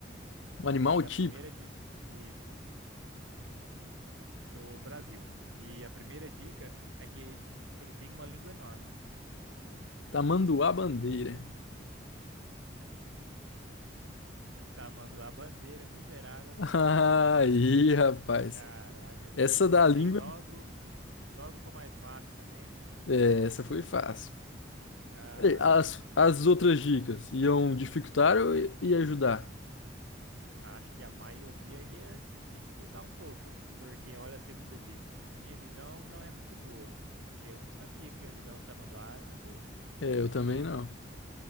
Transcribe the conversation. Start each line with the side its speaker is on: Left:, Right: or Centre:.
Left: Um animal
Right: E
Left: típico,
Right: a primeira dica. Isso, do Brasil. E a primeira dica é que ele tem uma língua enorme.
Left: tamanduá bandeira.
Right: Tamanduá bandeira, miserável, acertou.
Left: <laughs> Aí, rapaz.
Right: Caraca,
Left: Essa
Right: eu comecei
Left: da língua,
Right: logo, logo com o mais fácil também.
Left: é, essa foi fácil.
Right: Ah.
Left: Peraí, As, as outras dicas iam dificultar ou i- ia ajudar?
Right: Acho que a maioria ia dificultar um pouco, porque olha a segunda dica. Minha visão não é muito boa. Eu não sabia que a visão do Tamanduá não é boa.
Left: É, eu também não.